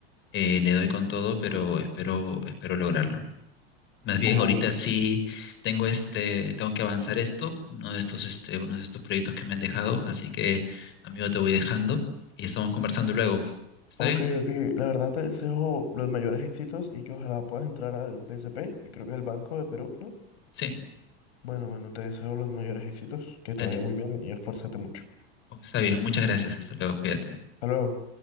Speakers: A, on the left; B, on the left.
A: eh, le doy con todo, pero espero, espero lograrlo. Más bien,
B: Oh,
A: ahorita sí tengo este, tengo que avanzar esto, uno de estos, este, uno de estos proyectos que me han dejado, así que, amigo, te voy dejando y estamos conversando luego. ¿Está
B: ok,
A: bien?
B: ok. La verdad te deseo los mayores éxitos y que ojalá puedas entrar al BCP, que creo que es el Banco de Perú, ¿no?
A: Sí,
B: Bueno, bueno, te deseo los mayores éxitos, que
A: dale.
B: te vaya muy bien y esfuérzate mucho.
A: Oh, está bien, muchas gracias, hasta luego, cuídate.
B: Hasta luego.